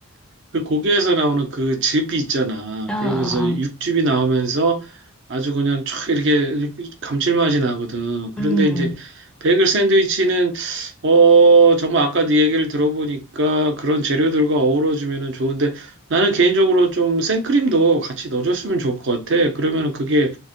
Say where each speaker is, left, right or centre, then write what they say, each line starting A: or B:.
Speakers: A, on the right; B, in the centre.
A: 그 고기에서 나오는 그 즙이 있잖아
B: 어, 어, 어,
A: 그러면서 육즙이 나오면서 아주 그냥 촥 이렇게 감칠맛이 나거든 그런데
B: 음,
A: 이제 베이글 샌드위치는 어 정말 아까 네 얘기를 들어보니까 그런 재료들과 어우러지면은 좋은데 나는 개인적으로 좀 생크림도 같이 넣어줬으면 좋을 것 같아 그러면은 그게